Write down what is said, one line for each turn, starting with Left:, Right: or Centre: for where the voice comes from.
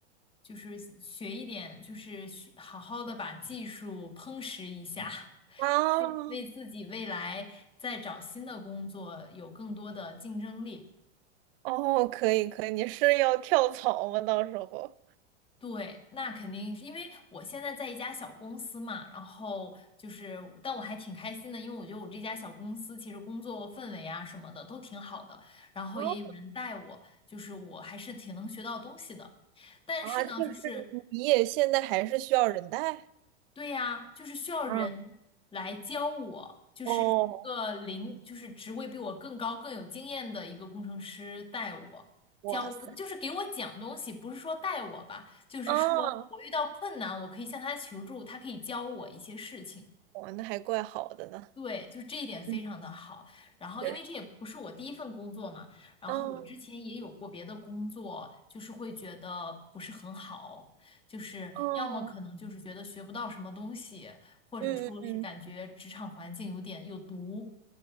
Left: 就是学一点，就是学好好的把技术夯实一下，
Right: 啊，
Left: 为为自己未来再找新的工作有更多的竞争力。
Right: 哦，可以可以，你是要跳槽吗？到时候。
Left: 对，那肯定是因为我现在在一家小公司嘛，然后就是，但我还挺开心的，因为我觉得我这家小公司其实工作氛围啊什么的都挺好的，然后也有人带我，
Right: 哦
Left: 就是我还是挺能学到东西的。但是呢，
Right: 啊，就是你也现在还是需要人带？
Left: 就是对呀，就是需要人来教我，
Right: 嗯，
Left: 就是一个零，
Right: 哦，
Left: 就是职位比我更高、更有经验的一个工程师带我教，
Right: 哇塞，
Left: 就是给我讲东西，不是说带我吧，就是说我遇到困难，
Right: 啊，
Left: 我可以向他求助，他可以教我一些事情。
Right: 哇，那还怪好的呢，
Left: 对，就是这一点非常的好。
Right: 嗯，
Left: 然后，
Right: 确实，
Left: 因为这也不是我第一份工作嘛，然后我之前也有过别的工作，
Right: 嗯，
Left: 就是会觉得不是很好，就是要么可能就是觉得学不到什么东西，
Right: 哦，
Left: 或者说是感觉职场环境有点有毒，
Right: 嗯嗯嗯，